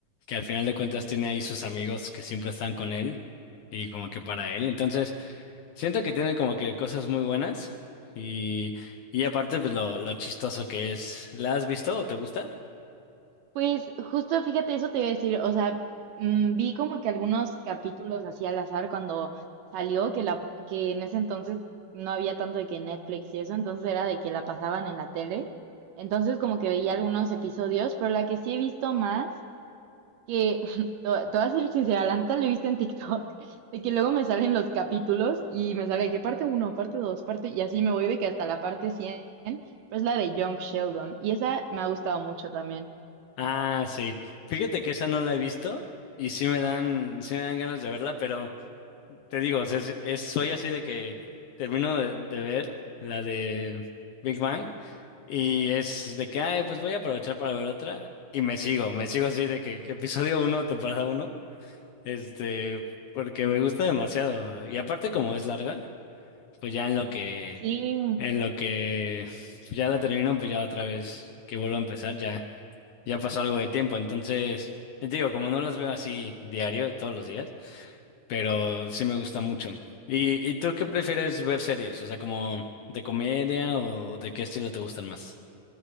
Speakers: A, on the left; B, on the right.
A: que al final de cuentas tiene ahí sus amigos que siempre están con él y como que para él. Entonces, siento que tiene como que cosas muy buenas y, y aparte pues lo, lo chistoso que es. ¿La has visto o te gusta?
B: Pues justo, fíjate, eso te iba a decir, o sea, mm, vi como que algunos capítulos así al azar cuando salió, que, la, que en ese entonces no había tanto de que Netflix y eso, entonces era de que la pasaban en la tele, entonces como que veía algunos episodios, pero la que sí he visto más que, <laughs> te voy te voy a ser sincera, la neta lo he visto en TikTok, <laughs> de que luego me salen los capítulos y me sale de que parte uno parte dos parte, y así me voy de que hasta la parte cien pero es la de Young Sheldon, y esa me ha gustado mucho también.
A: Ah, sí. Fíjate que esa no la he visto y sí me dan, sí me dan ganas de verla, pero... Te digo, o sea, es, es- soy así de que termino de, de ver la de Big Bang y es de que, ay, pues voy a aprovechar para ver otra y me sigo, me sigo así de que, que episodio uno, temporada uno, este, porque me gusta demasiado. Y aparte como es larga, pues ya en lo que,
B: Sí,
A: en lo que ya la termino, pues ya otra vez que vuelvo a empezar, ya, ya pasó algo de tiempo. Entonces, te digo, como no las veo así diario, todos los días pero sí me gusta mucho. ¿Y, y tú qué prefieres ver series? O sea, como de comedia o, o de qué estilo te gustan más?